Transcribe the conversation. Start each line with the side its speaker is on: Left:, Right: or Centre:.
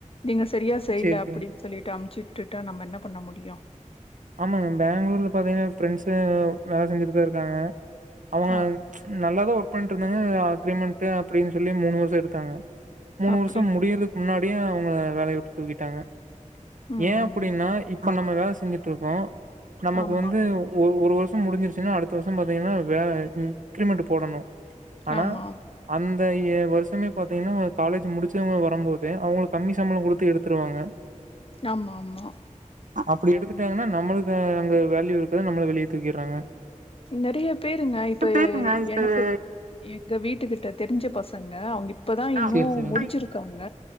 Left: நீங்க செரியா செய்யல
Right: சேரி
Left: அப்டின்
Right: சேரி
Left: சொல்லிட்டு அமுச்சு விட்டுட்டா நம்ம என்ன பண்ண முடியு
Right: ஆமாங்க பேங்களூர்ல பாத்தீங்கனா ஃப்ரெண்ட்ஸு வேல செஞ்சிட்டுதா இருக்காங்க அவுங்க
Left: அப்
Right: நல்லாதா ஒர்க் பண்ட்டு இருந்தாங்க அக்ரிமெண்ட் அப்டின் சொல்லி மூணு வருஷோ எடுத்தாங்க மூணு
Left: அப்படி
Right: வருஷோ முடியறதுக்கு முன்னாடியே அவுங்க வேலைய விட்டு தூக்கிட்டாங்க
Left: ம்.
Right: ஏ அப்டின்னா இப்ப நம்ம வேல செஞ்சிட்ருக்கோ நமக்கு
Left: ஆமா,
Right: வந்து ஒரு ஒரு வருஷோ ச முடிஞ்சிருச்சுனா அடுத்த வருஷோ பாத்தீங்கனா வேற இன்கிரிமெண்ட் போடனு ஆனா
Left: ஆமா,
Right: அந்த இய வருஷமே பாத்தீங்கனா காலேஜ் முடிச்சவங்க வரம்போது அவுங்களுக் கம்மி சம்பளோ குடுத்து எடுத் துருவாங்க
Left: ஆமா ஆமா
Right: அப்டி எடுத்துட்டாங்கனா நம்மளுக்கு அங்க வேல்யூ இருக்காது நம்மள வெளிய தூக்கிறாங்க
Left: நெறைய பேருங்க இப்ப
Right: பேருங்க
Left: எ
Right: இப்ப
Left: எனக்கு எ இங்க வீட்டுக்கிட்ட தெரிஞ்ச பசங்க அவுங்க இப்பதா இன்னு
Right: சேரி சேரிங்க
Left: முடிச்சிருக்காங்க